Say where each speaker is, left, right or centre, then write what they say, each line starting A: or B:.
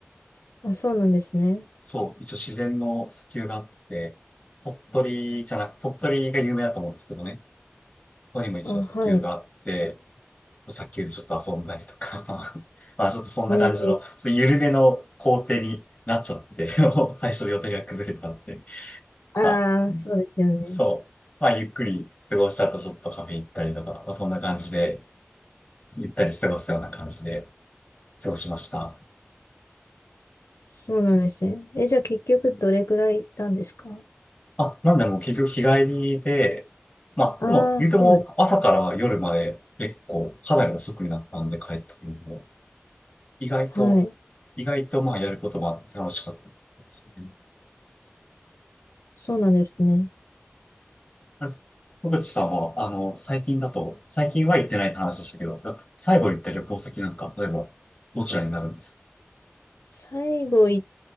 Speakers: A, on the left (about 80°); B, on the left (about 25°).
A: あ、そうなんですね。
B: そう、一応自然の砂丘があって、鳥取じゃなく、鳥取が有名だと思うんですけどね。ここにも一応砂丘があって、
A: あ、はい。
B: 砂丘でちょっと遊んだりとか、<laughs> まあちょっとそんな感じの、
A: えー
B: ちょっと緩めの工程になっちゃって、<laughs> 最初予定が崩れたので、
A: ああ、
B: まあ
A: そうですよね。
B: そう、まあゆっくり過ごした後ちょっとカフェ行ったりとか、まあそんな感じで、行ったり過ごすような感じで過ごしました。
A: そうなんですね。え、じゃあ結局どれくらい行ったんですか
B: あ、なんでもう結局日帰りで、まあでも言うても朝から夜まで結構かなり遅くになったんで帰った時にも。
A: ああー、そうなん、
B: 意外と、
A: はい。
B: 意外とまあやることも楽しかったですね。
A: そうなんですね。
B: あれ野口さんは、あの、最近だと、最近は行ってないって話でしたけど、最後行った旅行先なんか、例えば、どちらになるんですか
A: 最後行っ